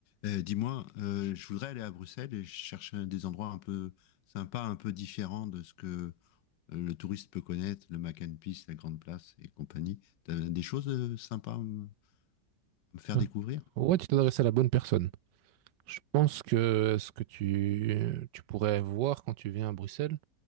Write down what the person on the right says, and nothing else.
Ouais,
Ouais, tu t'es adressé à la bonne personne. Je pense que ce que tu, tu pourrais voir quand tu viens à Bruxelles,